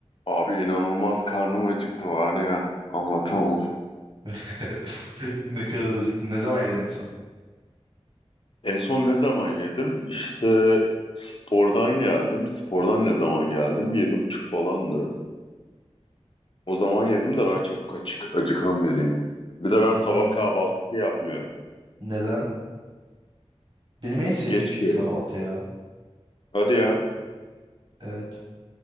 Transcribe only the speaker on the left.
Abi inanılmaz karnım acıktı var ya. Anlatamam.
En son ne zaman yedim? İşte spordan geldim. Spordan ne zaman geldim? Yedi buçuk falandı. O zaman yedim de ben çabuk açık, acıkan biriyim. Bir de ben
sabah kahvaltı yapmıyorum.
Geç
yiyorum.
Hadi ya.